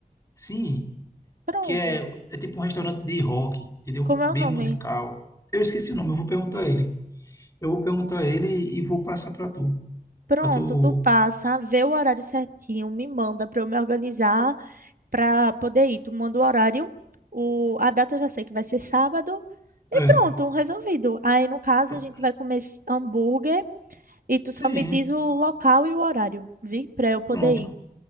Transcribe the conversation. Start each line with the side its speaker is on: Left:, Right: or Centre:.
Left: Sim,
Right: Pronto.
Left: que é, é tipo um restaurante de rock, entendeu?
Right: Como é
Left: Bem
Right: o nome?
Left: musical. Eu esqueci o nome, eu vou perguntar a ele. Eu vou perguntar a ele e vou passar para tu.
Right: Pronto,
Left: Para tu.
Right: tu passa, vê o horário certinho, me manda para eu me organizar para poder ir. Tu manda o horário, o, a data eu já sei que vai ser sábado e
Left: É.
Right: pronto, resolvido. Aí no caso
Left: pro-
Right: a gente vai comer s- hambúrguer e tu
Left: Sim,
Right: só me diz o local e o horário, vi? Para eu poder
Left: pronto.
Right: ir.